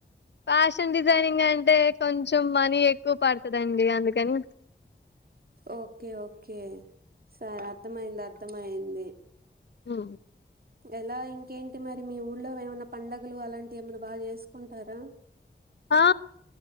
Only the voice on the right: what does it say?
ఓకే ఓకే సరే అర్దమైయింది అర్దమైయింది
ఎలా ఇంకేంటి మరి మీ ఊళ్ళో ఏమన్నా పండగలు అలాంటివి ఏమైనా బాగా ఏసుకుంటారా